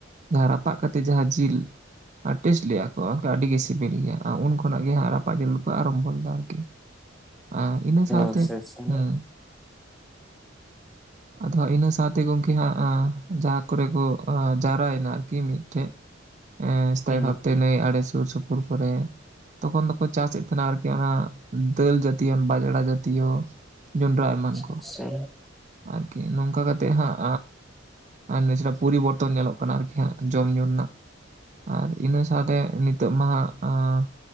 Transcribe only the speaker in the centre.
ᱟᱪᱪᱷᱟ ᱟᱪᱪᱷᱟ
ᱦᱩᱸ
ᱟᱪᱪᱷᱟ
ᱟᱪᱪᱷᱟ